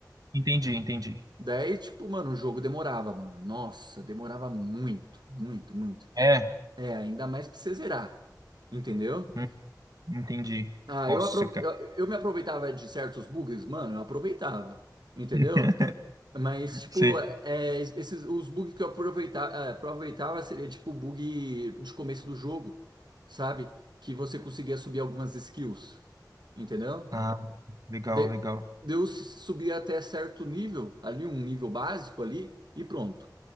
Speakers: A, on the right (about 60°); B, on the right (about 80°).
A: Entendi, entendi.
B: Daí, tipo, mano, o jogo demorava, mano. Nossa, demorava muito, muito, muito.
A: É,
B: É, ainda mais pra você zerar, entendeu?
A: hum, entendi.
B: Ah,
A: Nossa,
B: eu, apro
A: cara.
B: eu, eu me aproveitava de certos bugs, mano, eu aproveitava, entendeu?
A: <laughs>
B: Mas, tipo,
A: Sei.
B: é, esses, os bugs que eu aproveitava, aproveitava seria, tipo, bug de começo do jogo, sabe? Que você conseguia subir algumas skills, entendeu?
A: Ah, legal,
B: De,
A: legal.
B: eu subia até certo nível, ali, um nível básico ali, e pronto.